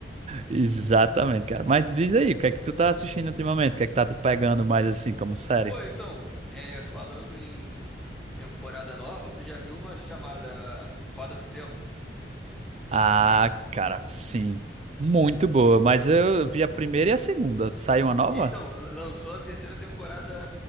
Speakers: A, on the right; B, in the centre.
A: Exatamente, cara. Mas diz aí, o que é que tu tá assistindo ultimamente? O que é que tá te pegando mais assim, como série?
B: Pô, então, é, falando em temporada nova, você já viu uma chamada Roda do Tempo?
A: Ah, cara, sim. Muito boa. Mas eu vi a primeira e a segunda. Saiu uma nova?
B: Então, l- lançou a terceira temporada